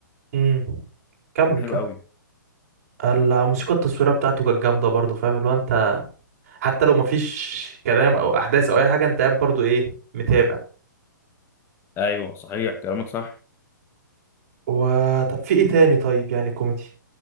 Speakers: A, on the right; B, on the left.
A: امم كمل
B: كان حلو
A: كمل
B: قوي
A: الموسيقى التصويريه بتاعته كانت جامده برضو فاهم اللي هو انت حتى لو مفيش كلام او احداث او اي حاجه انت قاعد برضو ايه متابع
B: ايوه صحيح كلامك صح
A: وطب في ايه تاني طيب يعني كوميدي